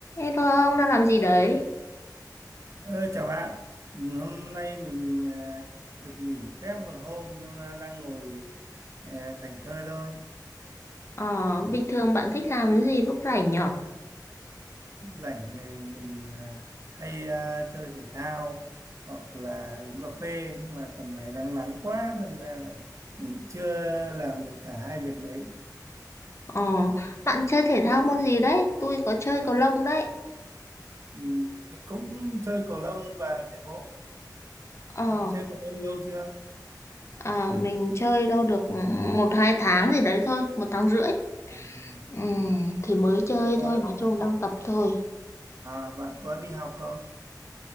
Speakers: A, on the left; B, on the right.
A: Ê thôi ông đang làm gì đấy?
B: Ờ, chào bạn, hôm nay mình à, được nghỉ phép một hôm nên là đang ngồi à, thảnh thơi thôi.
A: Ờ, bình thường bạn thích làm cái gì lúc rảnh nhở?
B: Lúc rảnh thì mình à, hay à, chơi thể thao hoặc là uống cà phê nhưng mà tầm này đang nắng quá đâm ra là mình chưa làm được cả hai việc đấy.
A: Ờ, bạn chơi thể thao môn gì đấy? Tôi có chơi cầu lông đấy.
B: Ừ, mình cũng chơi cầu lông và chạy bộ.
A: Ờ,
B: Bạn chơi cầu lông lâu chưa?
A: à, mình chơi đâu được một hai tháng gì đấy thôi, một tháng rưỡi.
B: Ờ,
A: Ừm,
B: ờ.
A: thì mới chơi
B: bạn có
A: thôi, nói chung
B: bạn
A: đang tập thôi.
B: à, bạn có đi học không?